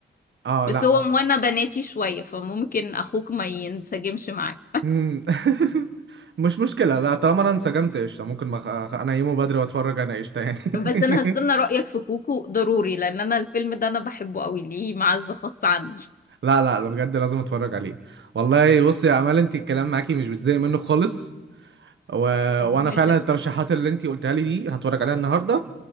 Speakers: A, on the right; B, on the left.
A: اه
B: بس
A: لا
B: هو موانا بناتي شوية فممكن اخوك ما ينسجمش معاه
A: مم. <laughs> مش مشكلة لا طالما انا انسجمت قشطة ممكن ما أخ- انيمه بدري واتفرج انا قشطة يعني
B: بس انا
A: <laughs>
B: هستنى رأيك في كوكو ضروري لان انا الفيلم ده انا بحبه قوي ليه معزة خاصة عندي
A: لا لا لا بجد لازم اتفرج عليه والله بصي يا امال انت الكلام معاكي مش بتزهق منه خالص و...
B: ربنا
A: وانا فعلا
B: يخليك
A: الترشيحات اللي انت قلتها لي دي هتفرج عليها النهاردة